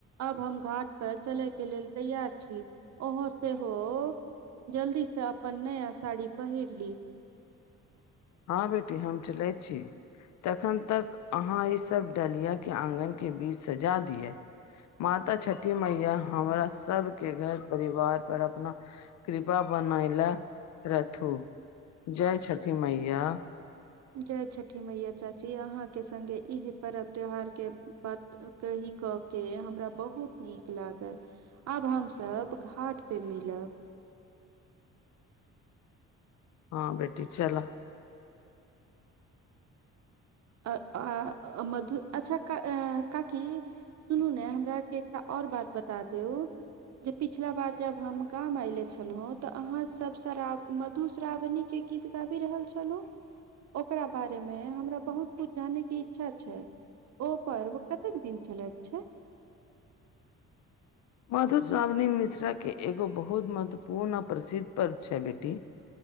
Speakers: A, on the right; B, on the left.
A: अब हम घाट पर चलै के लेल तैयार छी ओहो सेहो- जल्दी से अपन नया साड़ी पहिर ली।
B: हँ बेटी हम चलैत छी। तखन तक आहाँ ई सब डलियाके अंङ्गनाके बीच सजा दियै। माता छठी मैया हमरा सब के घर परिवार पर अपना- कृपा बनैले रहथू जय छठी मैया।
A: जय छठि मैया चाची आहाँके सङ्गे इहे परब त्यौहारके बात- ओ कही कऽ के हमरा बहुत नीक लागल। आब हम सब घाट पे मिलब।
B: हँ बेेटी चलह।
A: अ आ अ मधु अच्छा का अ काकी- सुनू ने हमरा के एकटा और बात बता देउ। जे पिछला बार जब हम गाम ऐले छलौहें त आहाँ सब शराब मधुश्रावणी- के गीत गाबी रहल छलहूँ ओकरा बारे मे हमरा बहुत- ओ जाने के इच्छा छै ओ पर्व कतेक दिन चलेैत छै।
B: मधुश्रावणी मिथिलाके एगो बहुत महत्वपूर्ण आ प्रसिद्ध पर्व छै बेटी।